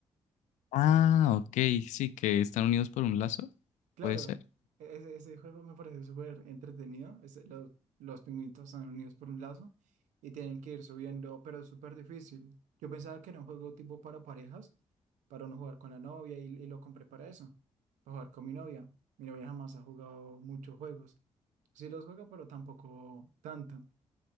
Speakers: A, on the left; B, on the right.
A: Ah, ok, sí, que están unidos por un lazo,
B: Claro,
A: puede ser.
B: e- ese, ese juego me parece súper entretenido. Ese- lo- los pingüinos están unidos por un lazo y tienen que ir subiendo, pero es súper difícil. Yo pensaba que era un juego tipo para parejas, para uno jugar con la novia y, y lo compré para eso, para jugar con mi novia. Mi novia jamás ha jugado muchos juegos. Sí los juega, pero tampoco tanto.